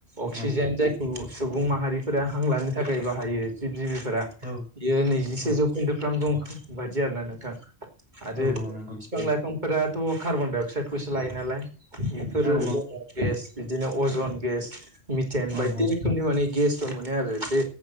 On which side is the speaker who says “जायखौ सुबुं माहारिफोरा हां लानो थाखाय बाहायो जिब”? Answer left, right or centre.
Right